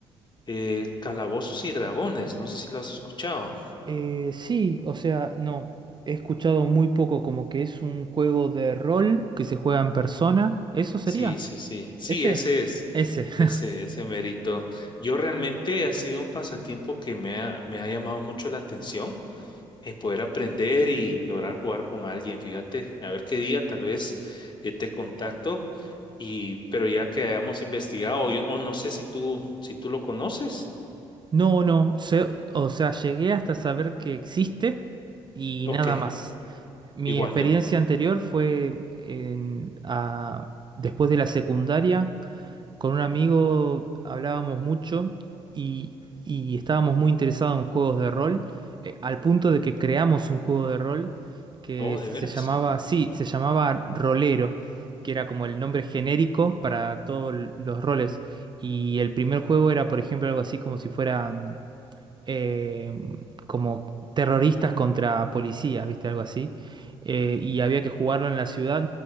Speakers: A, on the left; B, on the right.
A: eh, Calabozos y Dragones, no sé si lo has escuchado.
B: eh, sí, o sea, no, he escuchado muy poco como que es un juego de rol que se juega en persona. ¿Eso sería?
A: Sí, sí, sí, sí,
B: Ese,
A: ese es,
B: ese.
A: ese,
B: <laughs>
A: ese mérito. Yo realmente ha sido un pasatiempo que me ha, me ha llamado mucho la atención. eh, poder aprender y lograr jugar con alguien. Fíjate, a ver qué día tal vez eh, te contacto y pero ya que hayamos investigado, yo o no sé si tú si tú lo conoces.
B: No, no, se- o sea, llegué hasta saber que existe y
A: Ok,
B: nada más. Mi
A: igual
B: experiencia
A: yo.
B: anterior fue en- a- después de la secundaria con un amigo hablábamos mucho y, y estábamos muy interesados en juegos de rol, eh, al punto de que creamos un juego de rol que
A: Oh,
B: se
A: de veras.
B: llamaba, sí, se llamaba Rolero, que era como el nombre genérico para todos los roles. Y el primer juego era, por ejemplo, algo así como si fuera mm, eh, como terroristas contra policías, ¿viste? Algo así. Eh, y había que jugarlo en la ciudad.